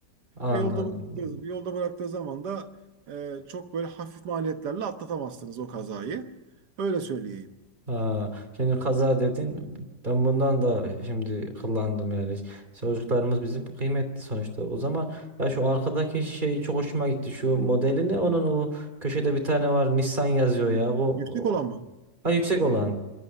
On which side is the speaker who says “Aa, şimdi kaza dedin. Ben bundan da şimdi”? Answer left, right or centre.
Right